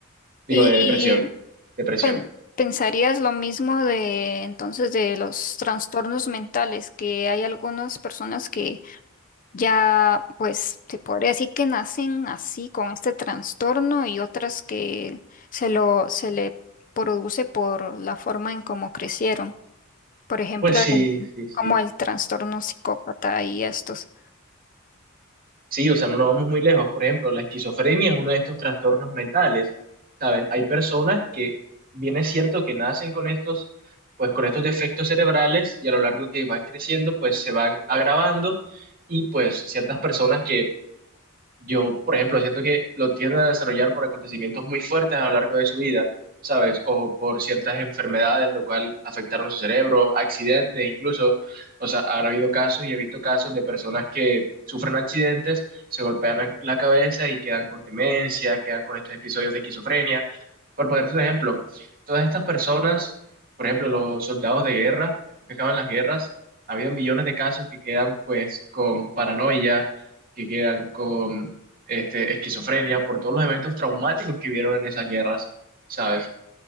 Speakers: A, on the right; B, on the left.
A: Digo,
B: ¿Y
A: de depresión. Depresión.
B: pen- pensarías lo mismo de entonces de los trastornos mentales, que hay algunas personas que ya, pues, se podría decir que nacen así con este trastorno y otras que se lo se le produce por la forma en cómo crecieron? Por ejemplo,
A: Pues sí,
B: el-
A: sí, sí.
B: como el trastorno psicópata y estos.
A: Sí, o sea, no nos vamos muy lejos. Por ejemplo, la esquizofrenia es uno de estos trastornos mentales, ¿sabes? Hay personas que, bien es cierto que nacen con estos, pues con estos defectos cerebrales y a lo largo que van creciendo, pues se van agravando y pues ciertas personas que yo, por ejemplo, siento que lo tienden a desarrollar por acontecimientos muy fuertes a lo largo de su vida, ¿sabes? O por ciertas enfermedades, lo cual afectaron su cerebro, accidentes incluso. O sea, han habido casos y he visto casos de personas que sufren accidentes, se golpean la la cabeza y quedan con demencia, quedan con estos episodios de esquizofrenia. Por ponerte un ejemplo, todas estas personas, por ejemplo, los soldados de guerra, después que acaban las guerras, ha habido millones de casos que quedan pues con paranoia que quedan con este, esquizofrenia por todos los eventos traumáticos que vieron en esas guerras, ¿sabes?